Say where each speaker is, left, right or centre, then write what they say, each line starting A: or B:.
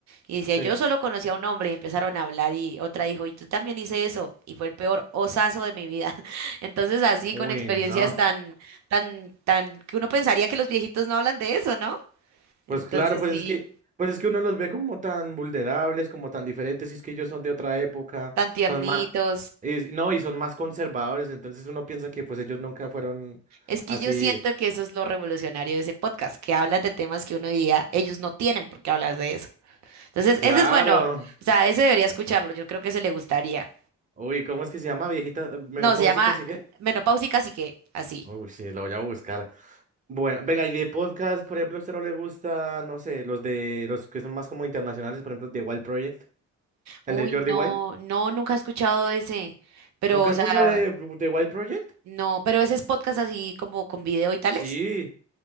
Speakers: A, on the right (about 65°); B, on the right (about 25°).
A: Y decía,
B: Sí.
A: yo solo conocí a un hombre y empezaron a hablar y otra dijo, y tú también hice eso y fue el peor osazo de mi vida. <laughs> Entonces, así
B: Uy,
A: con experiencias
B: no.
A: Wow. tan, tan, tan, que uno pensaría que los viejitos no hablan de eso, ¿no? Entonces,
B: Pues claro, pues
A: sí,
B: es que, pues es que uno los ve como tan vulnerables, como tan diferentes, y es que ellos son de otra época,
A: tan tiernitos.
B: son más, no, y son más conservadores, entonces uno piensa que pues ellos nunca fueron
A: Es que
B: así.
A: yo siento que eso es lo revolucionario de ese podcast, que hablan de temas que uno diría, ellos no tienen por qué hablar de eso. Entonces,
B: Claro.
A: ese es bueno, Claro. o sea, ese debería escucharlo, yo creo que se le gustaría.
B: Uy, ¿cómo es que se llama? Viejita eh, menopáusica,
A: No, se llama
B: ¿sí qué?
A: Menopáusicas y que, así.
B: Uy, sí, lo voy a buscar. Bueno, venga, y de podcast, por ejemplo, ¿a usted no le gusta, no sé, los de los que son más como internacionales, por ejemplo, The Wild Project?
A: Uy,
B: ¿El de Jordi
A: no,
B: Wild?
A: no, nunca he escuchado ese, pero,
B: ¿Nunca
A: o
B: has
A: sea,
B: escuchado de, The Wild Project?
A: no, pero ese es podcast así como con video y tales.
B: Sí.